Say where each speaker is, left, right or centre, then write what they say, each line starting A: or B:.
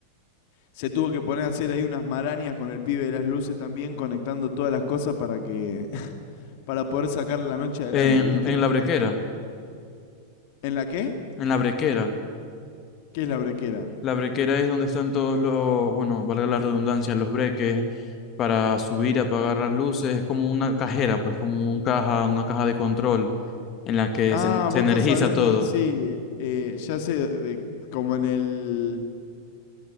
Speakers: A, on the left (about 45°); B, on the left (about 30°).
A: se tuvo que poner a hacer ahí unas marañas con el pibe de las luces también, conectando todas las cosas para que <laughs> para poder sacar la noche adelante,
B: en
A: ¿viste?
B: la brequera.
A: ¿En la qué?
B: En la brequera.
A: ¿Qué es la brequera?
B: La brequera es donde están todos los, bueno, valga la redundancia, los breques para subir, apagar las luces. Es como una cajera, pues como un caja, una caja de control en la que
A: Ah,
B: se, en- se
A: vos
B: energiza
A: estás hablando,
B: todo.
A: sí, eh, ya sé, de, como en el